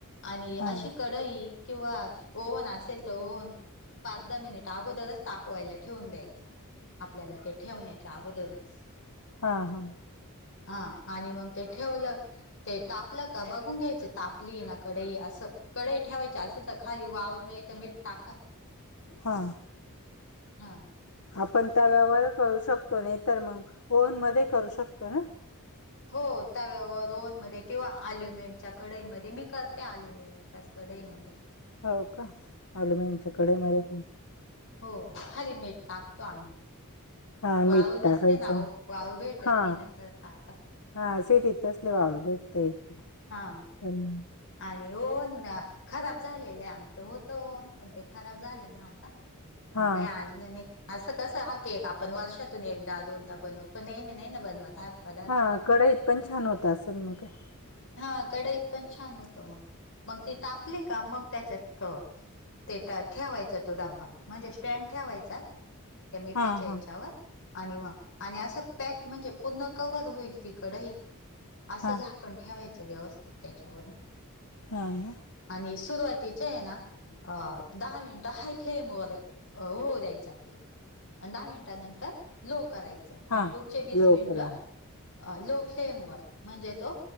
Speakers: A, on the left (about 60°); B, on the left (about 85°).
A: आणि
B: हा
A: अशी कढई किंवा ओव्हन असेल तर ओव्हन. पाच, दहा मिनिट अगोदरच तापवायला ठेवून द्यायचं आपल्याला ते ठेवण्याच्या अगोदरच
B: हां हा.
A: हा आणि मग ते ठेवलं ते ताप तापल का बघून घ्यायचं तापली ये ना कढई असं कढई ठेवायची असेल तर खाली वाळू नाही तर मीठ टाका
B: हा
A: हां
B: आपण तव्यावर करू शकतो नाही तर मग ओव्हन मध्ये करू शकतो ना?
A: हो तव्यावर ओव्हनमध्ये किंवा अल्युमियमच्या कढईमध्ये मी करते अल्युमिय च्याच कढाईमध्ये.
B: हो का ॲल्युमिनियमच्या कढई मध्ये.
A: हो खाली मीठ टाकतो आम्ही.
B: हा
A: वाळू
B: मीठ टाकायचं
A: नसते ना हो वाळू भेटत
B: हा
A: नाही ना सहसा आता.
B: हा सिटीत कसली वाळू भेटते.
A: हां.
B: तर मग <inaudible>
A: आणि ओव्हन म्या खराब झालेलं आहे आमचं होतं ओव्हन पण ते खराब झालं ना आता.
B: हा
A: मग काय आणलं नाही. असं कस हा केक आपण वर्षातून एकदा दोनदा बनवतो नेहमी नाही ना बनवत हा पदार्थ
B: हा कडईत पण छान होत असलं मग काय.
A: हा कडईत पण छान होतो मग मग ती तापली का मग त्याच्यातथ. ते ता ठेवायचा तो डब्बा म्हणजे स्टँड ठेवायचा त्या मिठाच्या
B: हा
A: याच्यावर.
B: हा
A: आणि मग आणि असं पॅक म्हणजे पुर्ण कव्हर होईल ती कढई असं
B: हा.
A: झा ''--'' पण ठेवायचं व्यवस्थित त्याच्यावरून.
B: ''हां''
A: आणि सुरुवातीचे ये ना अ दहा मिनिटं हाय फ्लेम वर. अ होऊ द्यायचा केक. आणि दहा मिनिटानंतर लो करायचं मग
B: हा
A: पुढचे वीस
B: लोकला
A: मिनिटं. अ लो फ्लेम वर म्हणजे तो.